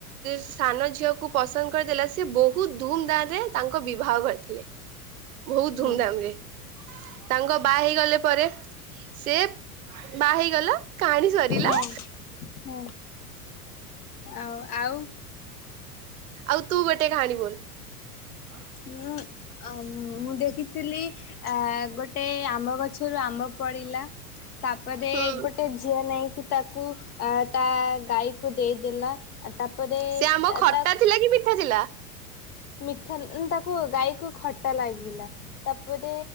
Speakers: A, on the right; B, on the left.
A: ସାନ ଝିଅକୁ ପସନ୍ଦ କରିଦେଲା ସେ ବହୁତ ଧୁମଧାମ ରେ ତାଙ୍କ ବିବାହ କରିଥିଲେ। ବହୁତ
B: ହଁ
A: ଧୁମଧାମ ତାଙ୍କ ବା ହେଇଗଲେ ପରେ ସେ ବାହା ହେଇଗଲା କାହାଣୀ ସରିଲା।
B: ହଁ ହଁ ଆଉ ଆଉ
A: ଆଉ ତୁ ଗୋଟେ କାହାଣୀ ବୋଲ଼
B: ମୁଁ ମୁଁ ଦେଖିଥିଲି। ଆ ଗୋଟେ ଆମ୍ବ ଗଛରୁ ଆମ୍ବ ପଡିଲା। ତାପରେ
A: ହୁଁ
B: ଗୋଟେ ଝିଅ ନାଇଁ। କି ତାକୁ ତା ଗାଈକୁ ଦେଇଦେଲା। ତାପରେ
A: ସେ ଆମ୍ୱ ଖଟା
B: ତା
A: ଥିଲା କି ମିଠା ଥିଲା।
B: ମିଠା ଲା ତାକୁ ଗାଇ। କୁ ଖଟା ଲାଗିଲା ତାପରେ